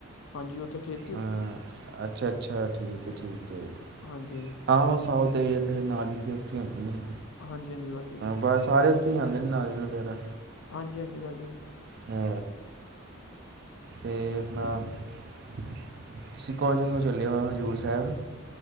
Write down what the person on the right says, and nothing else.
ਹਾਂ ਅੱਛਾ ਅੱਛਾ ਠੀਕ ਹੈ ਠੀਕ ਹੈ।
ਹਾਂ ਉਹ ਸਾਊ ਦੇਵੀਥ ਨਾਲ ਦੇ ਉੱਥੇ ਹੁੰਦੀ
ਬ ਸਾਰੇ ਉੱਥੇ ਆ ਜਾਂਦੇ ਨੇ ਨਾਈ ਵਗੈਰਾ
ਹੈ ਤੇ ਆਪਣਾ ਤੁਸੀਂ ਕੌਣ ਜ ਤੋਂ ਚੱਲਿਆ ਹੋਇਆ ਹਜ਼ੂਰ ਸਾਹਿਬ